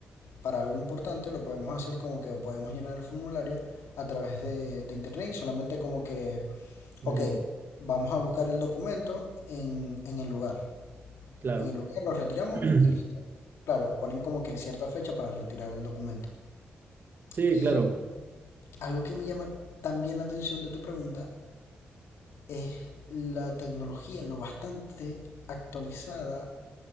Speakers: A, on the left (about 80°); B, on the right (about 50°).
A: para algo importante lo podemos hacer como que podemos llenar el formulario a través de, de internet y solamente como que, ok,
B: ujú,
A: vamos a buscar el documento en, en el lugar.
B: Claro.
A: En el lugar lo retiramos
B: <clears throat>
A: y listo. Claro, ponen como que cierta fecha para retirar el documento.
B: Sí,
A: Y
B: claro.
A: algo que me llama también la atención de tu pregunta es la tecnología, lo bastante actualizada